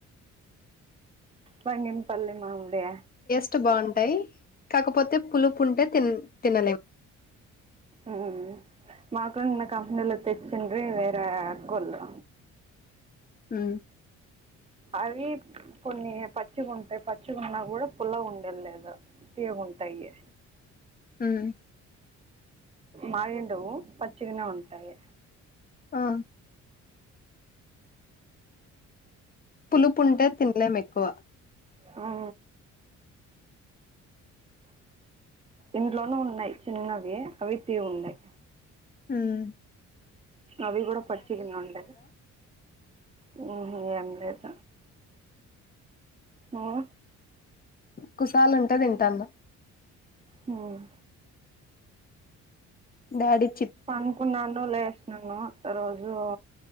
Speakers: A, on the right (about 20°); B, on the left (about 30°).
A: బంగిన పల్లి మామి జయ
B: స్ట్ బాగుంటాయి. కాకపోతే పులుపు ఉంటే తిన్ తినలేమ్
A: ఉమ్ మాకున్న కంపెనీలో తెచ్చిండ్రి వేరే అక్కవోల్లు
B: ఉ
A: అవి కొన్ని పచ్చిగుంటాయి. పచ్చిగున్నా కూడా పుల్లగా ఉండేది లేదు. తీయగున్ టాయే
B: హుమ్
A: మాగిండవు పచ్చిగానే ఉంటయీ
B: ఆ పులుపు ఉంటే తిన్లేము ఎక్కువ
A: ఆ ఇంట్లోనూ ఉన్నాయ్ చిన్నవి అవి తీగుండాయ్
B: హుమ్
A: అవి కూడ పచ్చి గనే ఉండేది హు హుమ్ ఏం లేదు మవ
B: కుసాలు ఉంటే దింటన్నా
A: హుమ్
B: డాడి
A: పనుకున్నాను లేసినను రోజ్ రో